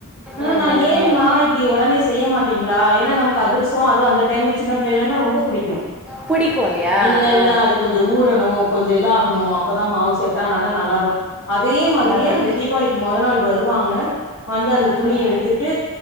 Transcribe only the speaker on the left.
ஆஹ்
நா
ஏம்மா
இப்படி ஒடனே செய்ய மாட் டீங்களா ஏன்னா நம் கதிரசம் அது அந்த டைம்ல சின்ன பிள்ளைலன்னா ரொம்ப புடிக்கும்
இல்ல இல்ல
அது கொஞ்சம் ஊறணும் கொஞ்சம் இதாக னும் அப்பதான் மாவு செட்டானாதான் நல்லார்வ அதே மாதிரியே
அந்த தீபாவளிக்கு மொத நாள் வருவாங்க வந்து அந்த துணிய
எடுத்துட்டு